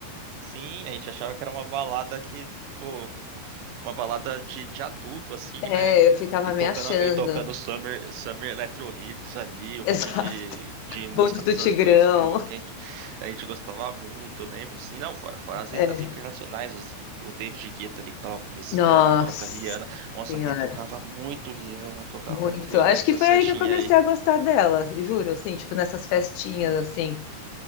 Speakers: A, on the right (about 85°); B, on the left (about 80°).
A: Sim, a gente achava que era uma balada que, pô, uma balada de, de adulto, assim,
B: É,
A: né?
B: eu ficava
A: E tocando,
B: me achando.
A: e tocando Summer, Summer Electro Hits ali,
B: <laughs>
A: um
B: Exato.
A: monte de, de música
B: Bonde
A: dos
B: do Tigrão.
A: anos 2000 que a gente, a gente gostava muito, eu lembro, assim, não, fora, fora as,
B: É.
A: as internacionais, os- o David Guetta ali que tava começando,
B: Nossa
A: a própria Rihanna, nossa,
B: Senhora.
A: Ri- tocava muito Rihanna, tocava
B: Muito.
A: muito Rihanna
B: Acho
A: nessa
B: que foi
A: festinhas
B: aí que eu comecei
A: aí,
B: a gostar dela, juro, assim, tipo nessas festinhas assim.